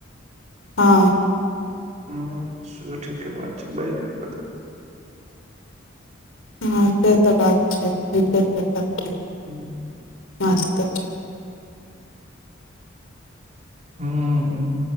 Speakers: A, on the left; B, on the right.
A: हँ
B: हँ सेहो ठीके बात छै बइदमे बताएब
A: हँ से तऽ बात छै ठीके छै सब ठीक
B: ह्म
A: मस्ते
B: हँ